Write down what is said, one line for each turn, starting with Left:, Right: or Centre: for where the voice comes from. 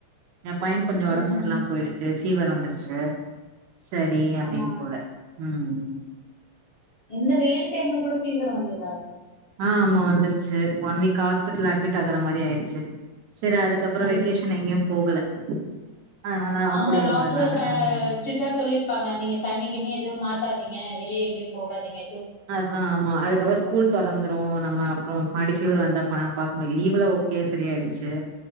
Right: ஏ பையனுக் கொஞ்சொ
Left: ம்
Right: ஒடம் செர்லாம் போய்டுச்சி ஃபீவர் வந்துர்ச்சி சரி அப்டின்
Left: ஆஹ்
Right: போல உம்
Left: இந்த வெயில் டைம்ல கூட ஃபீவர் வந்துர்தா
Right: ஆ ஆமா வந்துருச்சு ஒன் வீக் ஆஸ்பிடல்ல அட்மிட் ஆகுற மாரி ஆயிடுச்சு செர் அதுக்கப்றொ
Left: ஐயோ
Right: வெகேஷன் எங்கயு போகல அதனால அவ
Left: ஆமா
Right: கூடயே
Left: டாக்ட்ரு
Right: இருந்ததுனால
Left: க
Right: ஆமா
Left: ஸ்ரிட்டா சொல்லிர்பாங்க நீங்க தண்ணி கிண்ணி எது மா த்தாதிங்க வெளிய எங்கயு போகாதிங்க
Right: அதா ஆமா அதுக்கப்றொ ஸ்கூல் தொறந்துரு நம்ம அப்றொ மடிஃப் ஃபீவர் வந்தா பன பாக்முடியாத் லீவுல ஓகே சரியாய்டுச்சு